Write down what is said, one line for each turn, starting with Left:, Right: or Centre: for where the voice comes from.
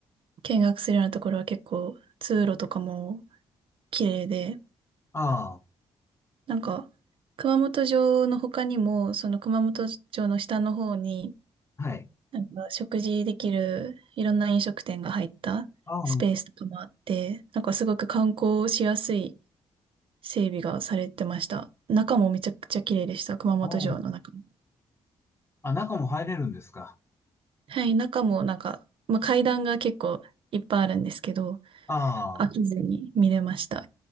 Right: 見学するようなところは結構通路とかも綺麗で、
Left: あ
Right: なんか熊本城の他にも、その熊本城の下の方に、
Left: あ、はい。
Right: なんか食事できるいろんな飲食店が入ったスペースとかもあって、
Left: ああ、
Right: なんかすごく観光しやすい整備がされてました。中もめちゃくちゃ綺麗でした、熊本城の中も。
Left: ああ、ああ、中も入れるんですか
Right: はい、中もなんか、まあ、階段が結構いっぱいあるんですけど、
Left: ああ。
Right: 飽きずに見れました。